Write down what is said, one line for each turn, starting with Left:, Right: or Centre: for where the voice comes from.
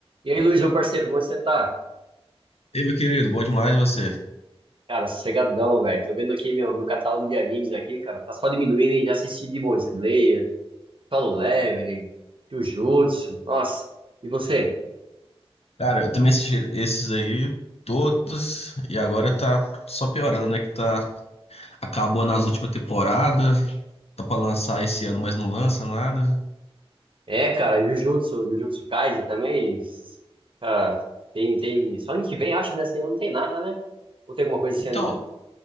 Right: E aí, Luiz, meu parceiro, como você tá?
Left: Ei, meu querido, bom demais você.
Right: Cara, sossegadão, velho. Tô vendo aqui meu, meu catálogo de animes aqui, cara. Tá só diminuindo, hein? Já assisti Demon Slayer, Solo Leveling, Jujutsu. Nossa, e você?
Left: Cara, eu também assisti esses aí todos e agora tá só piorando, né? Que tá acabou nas últimas temporadas, tá pra lançar esse ano, mas não lança nada.
Right: É, cara, Jujutsu, Jujutsu Kaisen também. s- Cara, tem, tem... Só ano que vem, acho, né? Esse ano não tem nada, né? Ou tem alguma coisa esse
Left: Então,
Right: ano ainda?